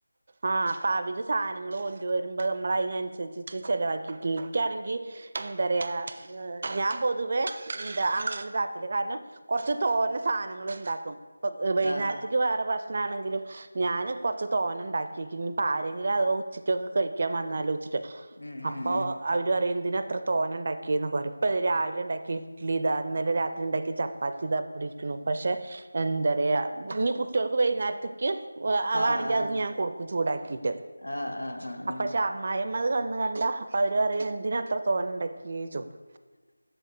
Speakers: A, on the right; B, on the left.
A: ആഹ് അപ്പൊ അവര് സാനങ്ങൾ കൊണ്ട് വരുമ്പോ നമ്മൾ അയിനനുസ രിച്ചിട്ട് ചിലവാക്കിട്ടി ഇക്കാണെങ്കിൽ എന്താ റയ ഞാൻ പൊതുവേ എന്താ അങ്ങനെ ഇതാക്കല്ല കാരണം കൊറച്ച് തോനെ സാനങ്ങൾ ഇണ്ടാക്കും. ഇപ്പൊ വൈന്നേരത്ത്ക്ക്
B: ആഹ്
A: വേറെ ഭക്ഷണം ആണെങ്കിലും ഞാന് കൊറച്ച് തോനെ ഉണ്ടാക്കി വക്കും. ഇനി ആരെങ്കിലും അഥവാ ഉച്ചിക്കൊക്കെ കഴിക്കാൻ വന്നാലോ ച്ച് ട്ട്
B: ഉം
A: അപ്പൊ
B: ഉം ഉം
A: അവര് പറയും എന്തിനാ ഇത്ര തോനെ ഉണ്ടാക്കിയെന്ന് പറയും. ഇപ്പ രാവിലെ ഉണ്ടാക്കിയ ഇഡ്ലി ഇതാ ഇന്നലെ രാത്രി ഉണ്ടാക്കിയ ചപ്പാത്തി ഇതാ രിക്ക്ണു പക്ഷെ എന്തറിയാ ഇനി കുട്ടികൾക്ക് വൈകുന്നേരത്ത് ക്ക് അവാണെങ്കിൽ
B: ആഹ് ആഹ്
A: അത് ഞാൻ കൊടുക്കും ചൂടാക്കിയിട്ട്
B: ആഹ് ആഹ് ആഹ്
A: അപ്പ
B: ആം
A: പക്ഷെ അമ്മായിമ്മ അത് വന്ന് കണ്ടാ അപ്പൊ അവര് പറയും എന്തിനാ അത്ര തോന്നയുണ്ടാക്കിയെ ചോദി